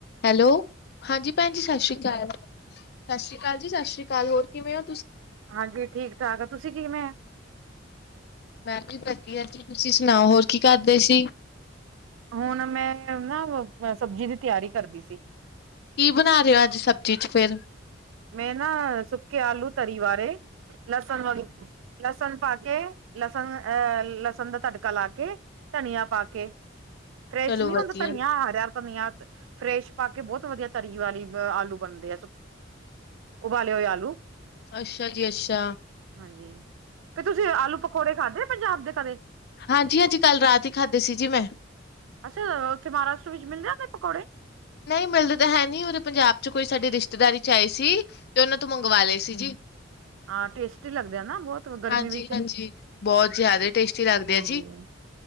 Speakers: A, on the left; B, on the right.
A: Hello ਹਾਂਜੀ ਭੈਣ ਜੀ ਸਤਿ ਸ੍ਰੀ ਅਕਾਲ ਸਤਿ ਸ਼੍ਰੀ ਅਕਾਲ ਜੀ ਸਤਿ ਸ਼੍ਰੀ ਅਕਾਲ ਹੋਰ ਕਿਵੇਂ ਓ
B: ਹਾਂਜੀ ਠੀਕ ਠਾਕ ਤੁਸੀਂ ਕਿਵੇਂ ਹੋ
A: ਮੈਮ ਜੀ ਵਧੀਆ ਜੀ ਤੁਸੀਂ ਸੁਣਾਓ ਹੋਰ ਕੀ ਕਰਦੇ ਸੀ
B: ਹੁਣ ਨਾ ਮੈਂ ਸਬਜ਼ੀ ਦੀ ਤਿਆਰੀ ਕਰਦੀ ਸੀ
A: ਕੀ ਬਣਾ ਰਿ ਓ ਅੱਜ ਸਬਜ਼ੀ ਚ ਫੇਰ
B: ਮੈਂ ਨਾ ਸੁੱਕੇ ਆਲੂ ਤਰੀ ਵਾਲੇ ਲਸਣ ਵਾਲੇ ਲਸਣ ਪਾ ਕੇ ਲਸਣ ਅਹ ਲਸਣ ਦਾ ਤੜਕਾ ਲਾ ਕੇ ਧਨੀਆ ਪਾ ਕੇ ਫਰੈਸ਼
A: ਚਲੋ
B: ਨੀ
A: ਵਧੀਆ,
B: ਹੁੰਦਾ ਧਨੀਆ ਆ ਹਰਾ ਧਨੀਆ ਫਰੈਸ਼ ਪਾ ਕੇ ਬਹੁਤ ਵਧੀਆ ਤਰੀ ਵਾਲੇ ਆਲੂ ਬਣਦੇ ਆ ਉਬਾਲੇ ਹੋਏ ਆਲੂ
A: ਅੱਛਾ ਜੀ ਅੱਛਾ,
B: ਹਾਂਜੀ, ਤੇ ਤੁਸੀਂ ਆਲੂ-ਪਕੌੜੇ ਖਾਧੇ ਪੰਜਾਬ ਦੇ ਕਦੇ?
A: ਹਾਂਜੀ-ਹਾਂਜੀ ਕੱਲ ਰਾਤ ਹੀ ਖਾਧੇ ਸੀ ਜੀ ਮੈਂ।
B: ਅੱਛਾ ਉੱਥੇ ਮਹਾਰਾਸ਼ਟਰ ਵਿੱਚ ਮਿਲ ਜਾਂਦੇ ਪਕੌੜੇ?
A: ਨਹੀਂ ਮਿਲਦਾ ਤਾਂ ਹੈ ਨਹੀਂ ਉਰੇ ਪੰਜਾਬ 'ਚ ਕੋਈ ਸਾਡੀ ਰਿਸ਼ਤੇਦਾਰੀ 'ਚ ਆਏ ਸੀ। ਤੇ ਉਹਨਾਂ ਤੋਂ ਮੰਗਵਾ
B: ਹਾਂਜੀ
A: ਲਏ ਸੀ ਜੀ।
B: ਹਾਂ ਟੇਸਟੀ ਲੱਗਦੇ ਆ ਨਾ ਬਹੁਤ ਗਰਮੀ
A: ਹਾਂਜੀ-ਹਾਂਜੀ,
B: ਵਿੱਚ
A: ਬਹੁਤ ਜ਼ਿਆਦਾ ਟੇਸਟੀ ਲੱਗਦੇ
B: ਹਾਂਜੀ।
A: ਆ ਜੀ।